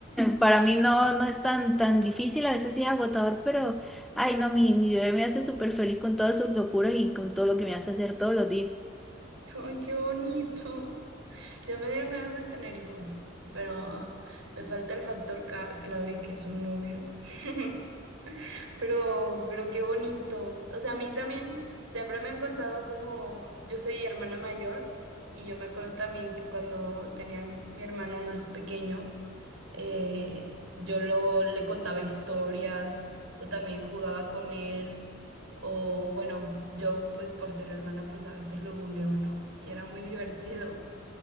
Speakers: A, in the centre; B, on the right (about 85°).
A: Para mí no, no es tan, tan difícil, a veces sí es agotador, pero ay no, mi, mi bebé me hace súper feliz con todas sus locuras y con todo lo que me hace hacer todos los días.
B: Ay, qué bonito. Ya me dieron ganas de tener hijos, pero me falta el factor ca- clave que es un novio. <laughs> Pero, pero qué bonito. O sea, a mí también siempre me han contado como yo soy hermana mayor y yo me acuerdo también que cuando tenía mi hermano más pequeño. eh, yo lo, le contaba historias o también jugaba con él. O bueno, yo pues por ser hermana pues a veces lo buleo, ¿no? Y era muy <laughs> divertido.